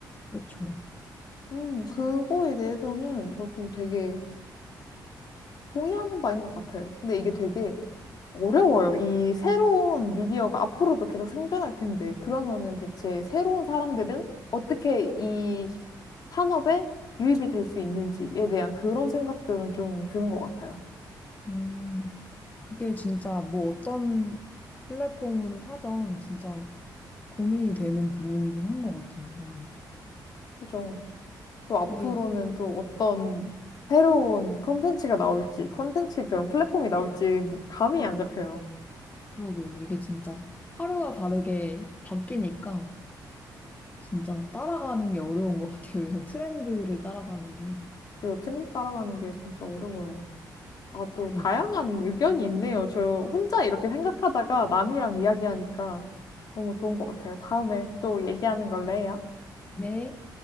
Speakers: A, on the left; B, on the left.
A: 그렇죠.
B: 음, 그거에 대해서는 저도 되게 동의하는 바인 것 같아요. 근데 이게 되게 어려워요. 이 새로운 미디어가 앞으로도 계속 생겨날 텐데, 그러면은 대체 새로운 사람들은 어떻게 이 산업에 유입이 될 수 있는지에 대한 그런 생각들은 좀 드는 것 같아요.
A: 음, 그게 진짜 뭐 어떤 플랫폼을 하던 진짜 고민이 되는 부분이긴 한 것 같아요, 아무래도.
B: 그죠? 또 앞으로는
A: 이게,
B: 또 어떤 새로운 컨텐츠가 나올지, 컨텐츠 그런 플랫폼이 나올지 감이 안 잡혀요.
A: 그러게요. 이게 진짜 하루가 다르게 바뀌니까 진짜 따라가는 게 어려운 것 같아요. 이런 트렌드를 따라가는 게.
B: 그리고 트렌드 따라가는 게 진짜 어려워요. 아, 또
A: 그러게요.
B: 다양한 의견이 있네요. 저 혼자 이렇게 생각하다가 남이랑 이야기하니까 너무 좋은 것 같아요. 다음에 또 얘기하는 걸로 해요.
A: 네.